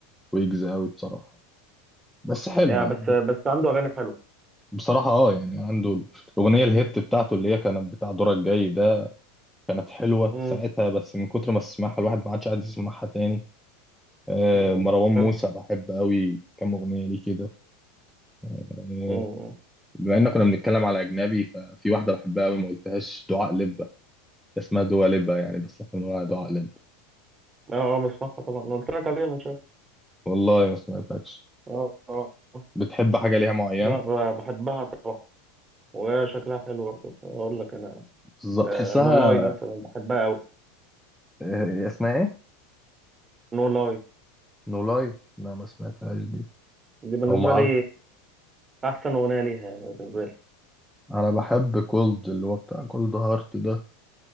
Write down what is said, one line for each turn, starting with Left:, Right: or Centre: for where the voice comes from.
Centre: ويجز قوي بصراحة بس حلو
Right: يعني
Centre: يعني
Right: بس بس عنده أغاني حلوة
Centre: بصراحة اه يعني عنده الأغنية الهيت بتاعته اللي هي كانت بتاع دورك جاي ده كانت حلوة
Right: مم.
Centre: ساعتها بس من كتر ما تسمعها الواحد ما عادش قاعد يسمعها تاني آه،
Right: مم.
Centre: مروان موسى
Right: فاهم
Centre: بحب قوي كام أغنية ليه كده آه،
Right: مم.
Centre: بما ان كنا بنتكلم على اجنبي ففي واحده بحبها قوي ما قلتهاش دعاء لبه اسمها دوا لبه يعني بس احنا بنقولها دعاء لبه
Right: اه آه، بسمعها طبعا أنا قلت لك عليها من شويه
Centre: والله ما سمعتكش
Right: اه اه آه.
Centre: بتحب حاجه ليها معينه
Right: لا ب- بحبها طبعا وشكلها حلو برضه اقول لك انا
Centre: بالظبط
Right: آه
Centre: تحسها
Right: نو لاي مثلا بحبها قوي
Centre: آه، اسمها ايه
Right: نو لاي
Centre: نولاي لا ما سمعتهاش دي
Right: دي بالنسبه
Centre: او ما اعرف
Right: لي احسن اغنيه ليها يعني بالنسبه لي
Centre: انا بحب كولد اللي هو بتاع كولد هارت ده